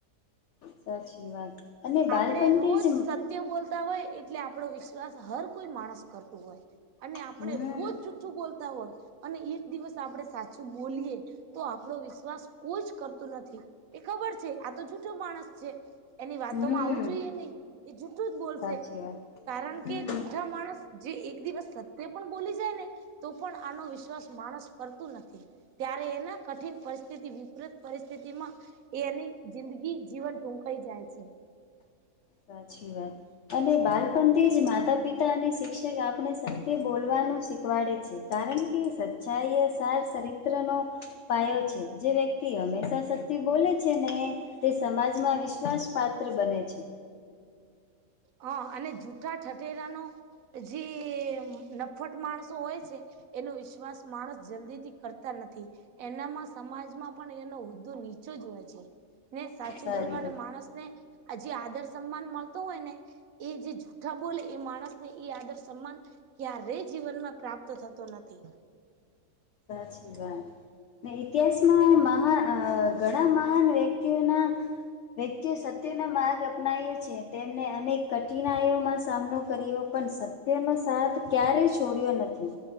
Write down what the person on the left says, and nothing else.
સાચી વાત અને બાલપણ
થી જ
હમ
હમ
સાચી વાત
હમ
સાચી વાત અને બાળપણથી જ માતા પિતા અને શિક્ષક આપણે તે બોલવાનું શીખવાડે છે કારણ કે સચ્ચાઈ સાર ચરિત્રનો પાયો છે જે વ્યક્તિ હંમેશા શક્તિ બોલે છે ને તે સમાજમાં વિશ્વાસ પાત્ર બને છે
સારી
વાત.
સ શ વા ને ઇતિહાસમાં મહાન ઘણા મહાન વ્યક્તિઓના વ્યક્તિઓ સત્યનો માર્ગ અપનાવ્યો છે તેમને અનેક કઠિનાઈઓમાં સામનો કર્યો. પણ સત્યનો સાથ ક્યારે છોડ્યો નથી